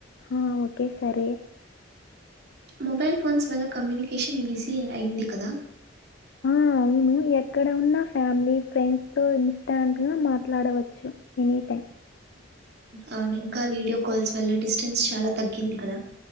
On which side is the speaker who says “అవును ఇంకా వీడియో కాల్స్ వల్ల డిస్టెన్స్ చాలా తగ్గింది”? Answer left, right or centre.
Right